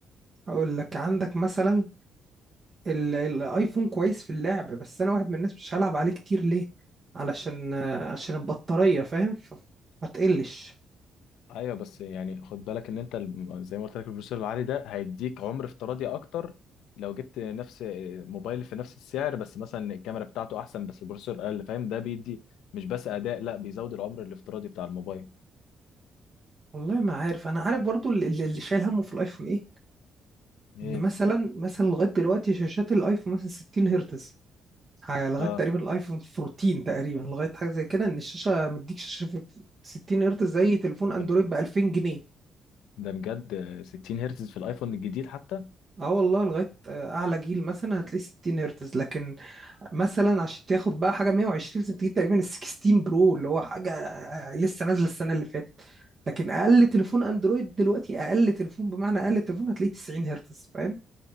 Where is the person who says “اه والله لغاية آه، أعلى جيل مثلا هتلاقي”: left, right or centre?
Right